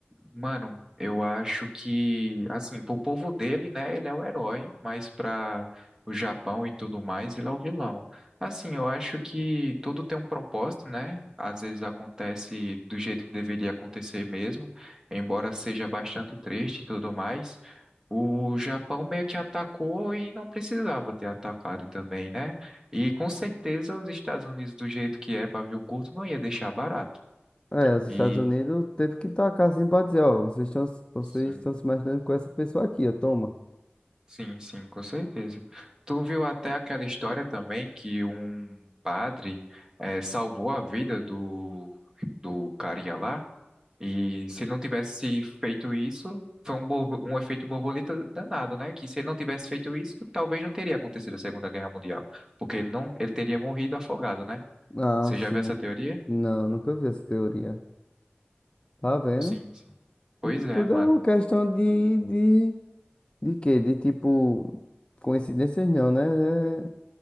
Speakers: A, on the right (about 15°); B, on the left (about 25°).
A: Mano, eu acho que, assim, pro povo dele, né, ele é o herói, mas pra o Japão e tudo mais, ele é o vilão. Assim, eu acho que tudo tem um propósito, né? Às vezes acontece do jeito que deveria acontecer mesmo, embora seja bastante triste e tudo mais. O Japão meio que atacou e não precisava ter atacado também, né? E com certeza os Estados Unidos, do jeito que é pavio curto, não ia deixar barato.
B: É, os Estados
A: E,
B: Unidos teve que tacar assim pra dizer, ó, vocês estão vocês
A: sim.
B: estão se imaginando com essa pessoa aqui, ó, toma.
A: Sim, sim, com certeza. Tu viu até aquela história também que um padre eh, salvou a vida do, do carinha lá, e se ele não tivesse feito isso, foi um, borbo- um efeito borboleta danado, né? Que se ele não tivesse feito isso, talvez não teria acontecido a Segunda Guerra Mundial, porque ele não, ele teria morrido afogado, né?
B: Ah,
A: Você
B: sim.
A: já viu essa teoria?
B: Não, nunca vi essa teoria. Tá vendo?
A: Sim, sim. Pois
B: Então
A: é,
B: tudo
A: mano.
B: é uma questão de, de, de quê? De tipo, coincidências não, né? É